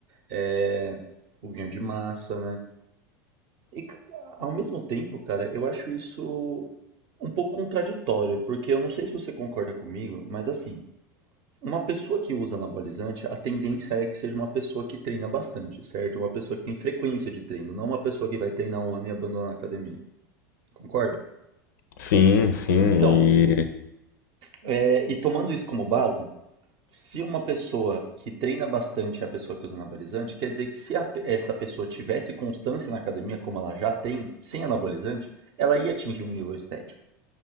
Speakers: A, on the right (about 45°); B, on the left (about 65°).
A: eh, o ganho de massa, né? E, ca- ao mesmo tempo, cara, eu acho isso um pouco contraditório, porque eu não sei se você concorda comigo, mas assim, uma pessoa que usa anabolizante, a tendência é que seja uma pessoa que treina bastante, certo? Uma pessoa que tem frequência de treino, não uma pessoa que vai treinar um ano e abandonar a academia. Concorda?
B: Sim, sim,
A: Então,
B: e.
A: é, e tomando isso como base, se uma pessoa que treina bastante é a pessoa que usa anabolizante, quer dizer que se a pe- essa pessoa tivesse constância na academia, como ela já tem, sem anabolizante, ela ia atingir um nível estético.